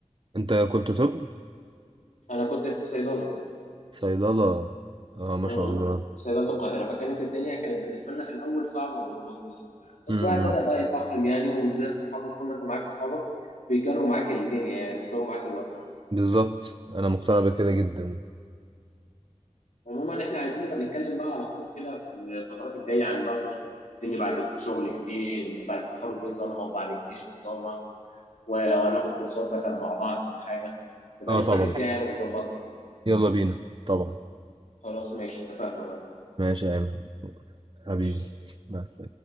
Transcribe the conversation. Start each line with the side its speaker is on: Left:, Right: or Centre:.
Right: انت كنت طب
Left: أنا كنت في صيدلة
Right: صيدله اه ما
Left: امم
Right: شاء الله
Left: في صيدلة القاهرة فكانت الدنيا كانت بالنسبة لنا في الأول صعبة ومضغوطة بس
Right: امم
Left: الواحد بدأ بقى يتأقلم يعني والناس صحابه طول ما أنت معاك صحابك بيجروا معاك الدنيا يعني بيجروا معاك الوقت
Right: بالظبط انا مقتنع بكده جدا
Left: عموما احنا عايزين نبقى نتكلم بقى على طول كده في الفترات الجاية عن برضه الدنيا بعد الشغل ايه بعد التخرج ايه نظامها وبعد الجيش ايه نظامها ولو هناخد كورسات مثلا مع بعض أو حاجة نبقى
Right: اه
Left: نتفق
Right: طبعا
Left: فيها يعني ونظبطها
Right: يلا بينا طبعا
Left: خلاص ماشي اتفقنا
Right: ماشي يا ايمن حبيبي
Left: ماشي
Right: بس